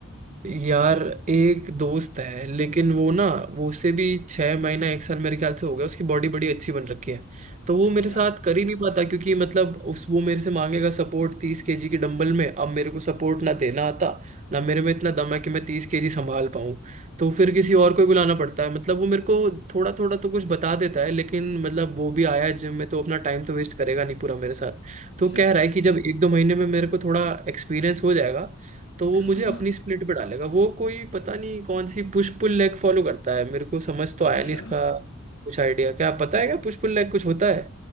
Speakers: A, on the right; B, on the left.
A: यार एक दोस्त है लेकिन वो ना वो उससे भी छह महीना एक साल मेरे ख्याल से हो गया उसकी बॉडी बड़ी अच्छी बन रखी है तो वो
B: अच्छा
A: मेरे साथ कर ही नहीं पाता क्योंकि मतलब उस वो मेरे से मांगेगा सपोर्ट तीस केजी की डंबल में अब मेरे को सपोर्ट ना देना आता ना मेरे में इतना दम है कि मैं तीस केजी संभाल पाऊँ तो फिर किसी और को ही बुलाना पड़ता है मतलब वो मेरे को थोड़ा थोड़ा तो कुछ बता देता है लेकिन मतलब वो भी आया है जिम में तो अपना टाइम तो वेस्ट करेगा नहीं पूरा मेरे साथ तो
B: अच्छा
A: कह
B: अच्छा
A: रहा है कि जब एक दो महीने में मेरे को थोड़ा एक्सपीरियंस हो जाएगा तो वो मुझे
B: हाँ हाँ
A: अपनी स्प्लिट पे डालेगा वो कोई पता नहीं कौन सी पुश पुल लेग फॉलो करता है मेरे को समझ तो
B: अच्छा
A: आया नहीं इसका कुछ आइडिया क्या आप पता है क्या पुश पुल लेग कुछ होता है